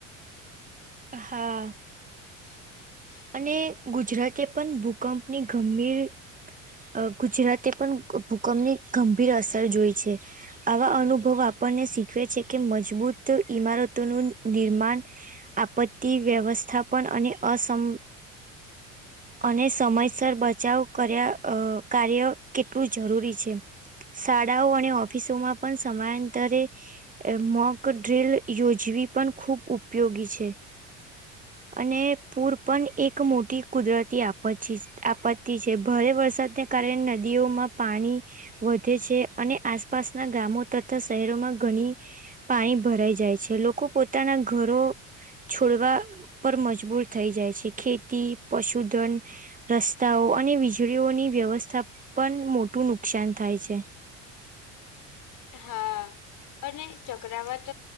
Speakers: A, on the right; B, on the left.
A: હા.
B: <inaudible>
A: અને ગુજરાતે પણ ભૂકંપની ગંભીર અહ ગુજરાતે પણ ભૂકંપની ગંભીર અસર જોઈ છે. આવા અનુભવો આપણને શીખવે છે કે મજબૂત ઈમારતોનું નિર્માણ આપત્તિ વ્યવસ્થાપન અને અસમ અને સમય સર બચાવ કર્યા અહ કાર્ય કેટલું જરૂરી છે. શાળાઓ અને ઓફિસોમાં પણ સમયાંતરે એ મોક ડ્રીલ યોજવી પણ ખૂબ ઉપયોગી છે. અને પૂર પણ એક મોટી કુદરતી આપ આપત્તિ છે ભારે વરસાદને કારણે નદીઓમાં પાણી વધે છે અને આસપાસના ગામો તથા શહેરોમાં ઘણી પાણી ભરાઈ જાય છે લોકો પોતાના ઘરો છોડવા પર મજબૂર થઈ જાય છે ખેતી પશુધન રસ્તાઓ અને વીજળીઓની વ્યવસ્થા પણ મોટું નુકસાન થાય છે.
B: હા અને ચક્રવાત